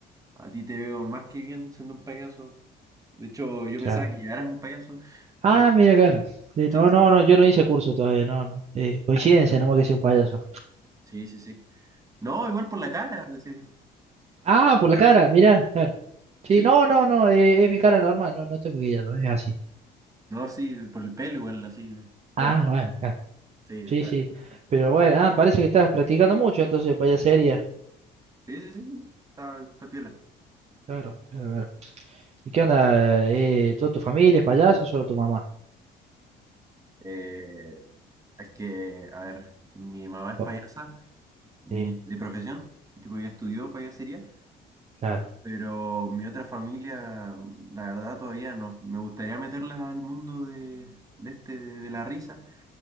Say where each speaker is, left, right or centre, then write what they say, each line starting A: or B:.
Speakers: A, on the right; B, on the right.
A: A ti te veo más que bien siendo un payaso. De hecho, yo
B: claro.
A: pensaba que ya eras un payaso,
B: Ah,
A: pero
B: mira, claro. Sí,
A: sí,
B: no,
A: sí,
B: no, no, yo no hice curso todavía, no, no. Eh, coincidencia, nomás que sea un payaso.
A: sí. sí. sí. No, igual por la cara, decía yo.
B: Ah, por la cara, mira, claro. Sí,
A: Sí,
B: no, no, no, eh, es mi cara normal, no, no estoy maquillado, es así.
A: no, sí, por el pelo igual, así.
B: Ah,
A: Bueno,
B: bueno, claro.
A: sí, está-
B: Sí, sí. Pero bueno, ah, parece que estás practicando mucho entonces payasería.
A: sí, sí, sí, está, está piola.
B: Claro, claro, claro. ¿Y qué onda? Eh, ¿toda tu familia es payaso o solo tu mamá?
A: Eh, es que, a ver, mi mamá es
B: Oh,
A: payasa, mi,
B: sí,
A: de profesión, tipo ya estudió payasería,
B: claro,
A: pero mi otra familia, la verdad, todavía no. Me gustaría meterlas al mundo de, de este, de, de la risa,